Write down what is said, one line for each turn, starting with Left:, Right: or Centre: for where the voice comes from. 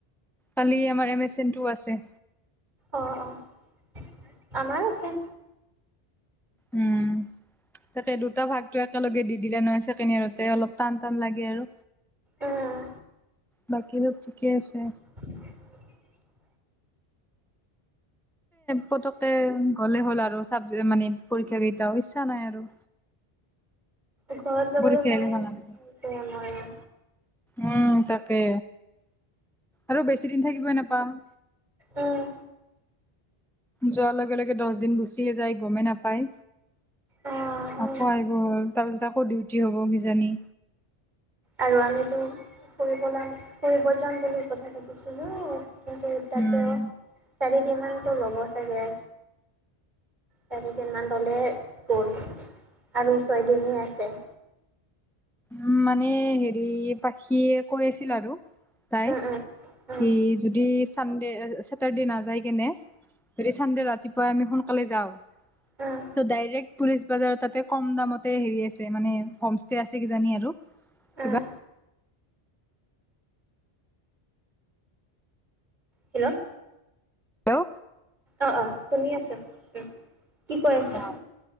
Centre: কালি আমাৰ এম চ এন টো আছে।
Right: অ', অ' আমাৰো আছে।
Centre: উম। তাকে দুটা ভাগতো একেলগে দি দিলে নহয় ছেকেণ্ড ইয়াৰতে অলপ টান টান লাগে আৰু।
Right: উম
Centre: বাকী চব ঠিকে আছে।
Right: <unintelligible>
Centre: পতকে গ'লে হ'ল আৰু চাব মানে পৰীক্ষা কেইটাও ইচ্ছা নাই আৰু।
Right: ঘৰত যাবলৈ
Centre: পৰীক্ষা
Right: মন
Centre: আহিলে ভাল নালাগে
Right: গৈছে মোৰো।
Centre: উম, তাকে। আৰু বেছি দিন থাকিবই নাপাম।
Right: উম
Centre: যোৱাৰ লগে লগে দছ দিন গুচিয়ে যায় গ'মেই নাপায়।
Right: অ হয়
Centre: আকৌ আহিব হ'ল, তাৰ পিছত আকৌ ডিউটি হ'ব কিজানি।
Right: আৰু আমিতো ফুৰিব যাম ফুৰিব যাম বুলি কথা পাতিছিলোঁ কিন্তু তাতে
Centre: উম।
Right: চাৰিদিনমানতো ল'ব চাগে? চাৰিদিনমান ল'লে গ'ল আৰু ছয়দিনেই আছে।
Centre: উম মানে হেৰি পাখিয়ে কৈ আছিল আৰু তাই
Right: উম উম উম
Centre: সি যদি চানডে চছেটাৰডে নাযায় কেনে যদি চানডে ৰাতিপুৱাই আমি সোনকালে যাওঁ
Right: উম উম
Centre: ত ডাইৰেক্ট পুলিচ বাজাৰ তাতে ক'ম দামতে হেৰি আছে মানে হোমষ্টে আছে কিজানি আৰু
Right: উম
Centre: কিবা।
Right: হেল্লো?
Centre: হেল্লো?
Right: অঁ, অঁ শুনি আছোঁ। কি কৈ আছে?
Centre: অ